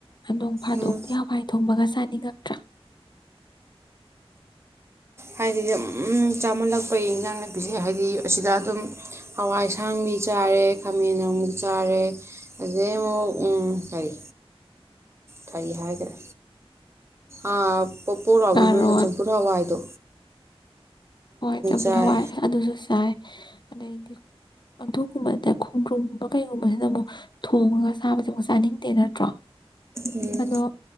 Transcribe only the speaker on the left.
ꯅꯣꯡ ꯐꯥꯗꯣꯛꯇꯗꯤ
ꯍꯋꯥꯏ ꯊꯣꯡꯕꯒ ꯆꯥꯅꯤꯡꯉꯛꯇ꯭ꯔꯥ
ꯀꯥꯔꯣꯠ
ꯍꯣꯏ ꯆꯕꯨꯜ
ꯍꯋꯥꯏ ꯑꯗꯨꯁꯨ ꯆꯥꯏ ꯑꯗꯩꯗꯤ ꯑꯗꯨꯒꯨꯝꯕꯗ ꯈꯣꯡꯗ꯭ꯔꯨꯝꯒꯨꯝꯕ ꯀꯩꯒꯨꯝꯕꯁꯤꯅ ꯑꯃꯨꯛ ꯊꯣꯡꯉꯒ ꯁꯥꯕꯁꯦ ꯑꯃꯨꯛ ꯆꯥꯅꯤꯡꯗꯦ ꯅꯠꯇ꯭ꯔꯣ
ꯑꯗꯣ